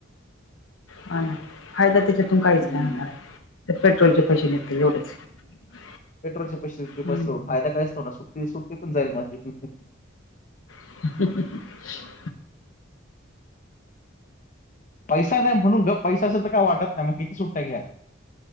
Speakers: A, on the left; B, on the left.
A: हाना फायदा त्याच्यातून
B: हम्म
A: काहीच नाही होणार पेट्रोलचे पैसे निगतील एवढेच. <inaudible>
B: पेट्रोलच्या पैसे <unintelligible>
A: हं.
B: फायदा कायच ना सुट्टी -सुट्टी पण जाईल माझी. <inaudible>
A: ह. <inaudible>
B: पैसा नाही म्हणून गप पैसा असेल तर काय वाटत नाही मग किती सुट्या घ्या.